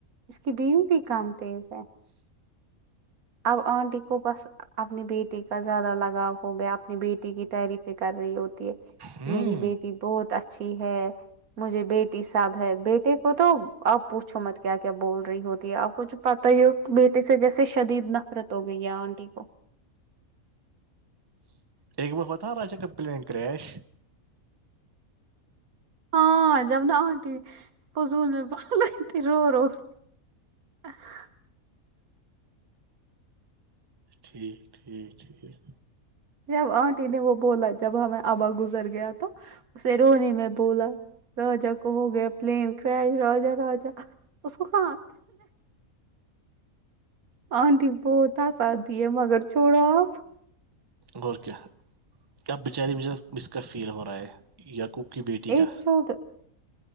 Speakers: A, on the right; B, on the right.
A: اس کی بیو بھی کم تیز ہے اب آنٹی کو بس اپنی بیٹی کا زیادہ لگاؤ ہو گیا اپنی بیٹی کی تعریفیں کر رہی ہوتی
B: ہوں
A: میری بیٹی بہت اچھی ہے مجھے بیٹی صاب ہے بیٹے کو تو آپ پوچھو مت کیا کیا بول رہی ہوتی ہے آپ کوھ پتا ہی ہو بیٹے سے جیسے شدید نفرت ہو گئی ہے آنٹی کو
B: ایک بار ہوتا راجا کا پلین کریش
A: ہاں جب نا آنٹی فضول میں بال رہئی تھی رو رو ا <inaudible>
B: ٹھیک ٹھیک ٹھیک
A: جب آنٹی نے وہ بولا جب ہمیں آبا گزر گیا تو اسے رونے میں بولا راجا کو ہو گیا پلین کرش راجا راجا اس کو خا آنٹی بہت <inaudible> ت س آات دے مگر چھوڑ آپ <inaudible>
B: غ کیا کیا بچاری مجھے اس کا فیل ہو رہا ہے یقوب کی بیٹی
A: ایک
B: کا
A: چھوڑ